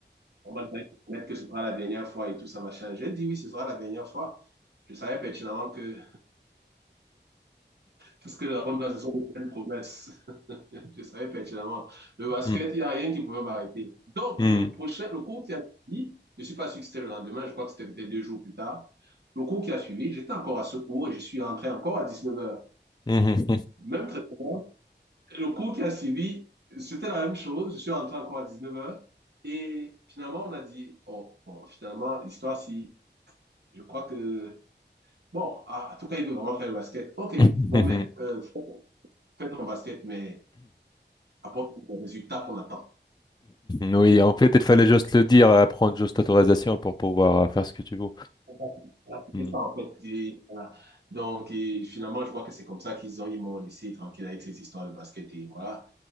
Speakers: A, on the right; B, on the left.
A: on m'a dit que ce sera la dernière fois et tout ça, machin. J'ai dit oui, ce sera la dernière fois. Je savais pertinemment que Puisque la fin de la saison était une promesse. <laughs> Je savais pertinemment. Le basket,
B: Mhm.
A: il n'y a rien qui pouvait m'arrêter. Donc,
B: Mhm.
A: le prochain, le cours qui a suivi, je ne suis pas sûr que c'était le lendemain, je crois que c'était peut-être deux jours plus tard. Le cours qui a suivi, j'étais encore à ce cours et je suis rentré encore à 19 heures
B: Mhm.
A: Même traitement. Le cours qui a suivi, c'était la même chose. Je suis rentré encore à 19 heures Et finalement, on a dit, oh, bon, finalement, l'histoire, si, je crois que, bon, ah, en tout cas, il veut vraiment faire le basket. OK,
B: <coughs>
A: bon, mais euh, fais ton basket, mais apporte le résultat qu'on attend.
B: Oui, en fait, il fallait juste le dire, euh, prendre juste l'autorisation pour pouvoir euh, faire ce que tu veux.
A: Voilà, C'était
B: Mhm.
A: ça, en fait. Et, voilà. Donc, et finalement, je vois que c'est comme ça qu'ils ont, ils m'ont laissé tranquille avec cette histoire de basket. Et voilà,